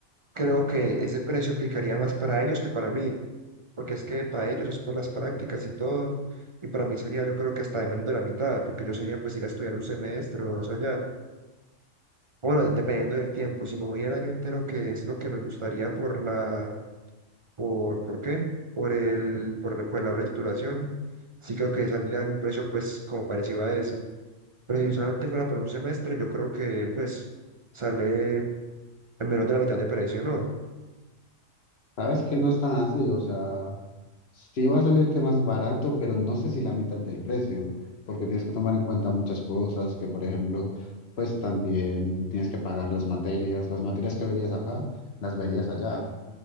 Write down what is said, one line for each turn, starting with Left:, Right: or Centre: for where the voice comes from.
Right: creo que ese precio aplicaría más para ellos que para mí. porque es que para ellos es por las prácticas y todo, y para mí sería yo creo que hasta de menos de la mitad, porque yo sería pues ir a estudiar un semestre o dos allá. Bueno, dependiendo del tiempo, si me voy el año entero, que es lo que me gustaría por la, por, ¿por qué? Por el, por, la- por la hora de titulación, sí creo que saldría en un precio pues como parecido a ese. Pero si solamente fuera por un semestre, yo creo que pues sale en menos de la mitad de precio, ¿no?
Left: Sabes que no es tan así, o sea, sí va a salirte más barato, pero no sé si la mitad del precio, porque tienes que tomar en cuenta muchas cosas, que por ejemplo, pues también tienes que pagar las materias, las materias que verías acá, las verías allá